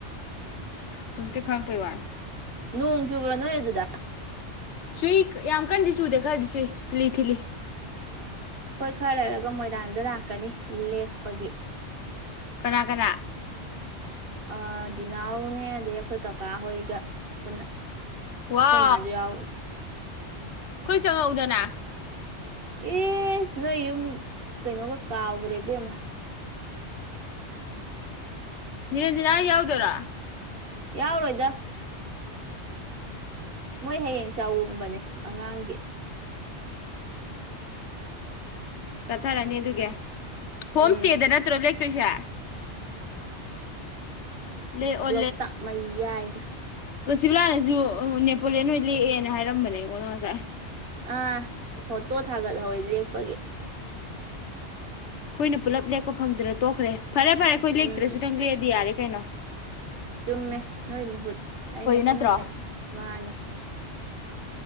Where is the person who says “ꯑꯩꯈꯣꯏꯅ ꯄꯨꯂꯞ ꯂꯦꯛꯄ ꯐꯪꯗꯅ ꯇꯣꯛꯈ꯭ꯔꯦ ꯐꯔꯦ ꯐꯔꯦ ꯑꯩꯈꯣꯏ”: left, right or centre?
Left